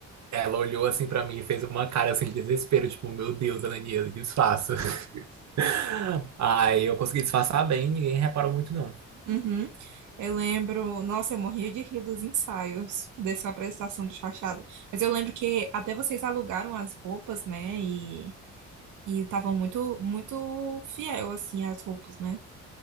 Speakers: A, on the right; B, on the right.
A: Ela olhou assim pra mim e fez uma cara assim de desespero, tipo, meu Deus, Ananias, disfarça. <laughs> Aí eu consegui disfarçar bem, ninguém reparou muito não.
B: Uhum. Eu lembro, nossa, eu morria de rir dos ensaios dessa apresentação de Chachado. Mas eu lembro que até vocês alugaram as roupas, né? E e estavam muito muito fiel assim às roupas, né?